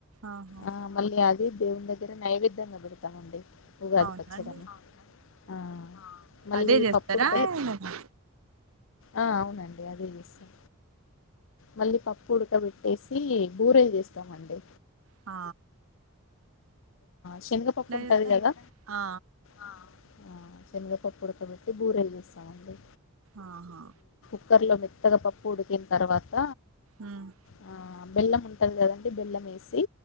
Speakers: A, on the right; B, on the left.
A: ఆహా
B: ఆ మళ్ళీ దేవుని దగ్గర నైవేద్యంగా పెడతామండి ఉగాది
A: అవునండి
B: పచ్చడిని ఆ మళ్ళీ
A: అదే చేస్తారా
B: పప్పుడు
A: ఏమైనా
B: ఆ అవును నండి అదే వేస్తాం మళ్ళీ పప్పు ఉడుకపెట్టేసి పూరీల్ చేస్తామండి
A: ఆ
B: శనగపప్పు ఉంటది
A: చేస్తారు
B: కదా
A: ఆ
B: ఆ శనగా పప్పు ఉడకబట్టి బూరెలు చేస్తామండి
A: ఆహా
B: కుక్కర్ లో మెత్తగా పప్పు ఉడికిన్ తర్వాత
A: ఊమ్
B: ఆ బెల్లం ఉంటంది కదండి బెల్లం ఏసి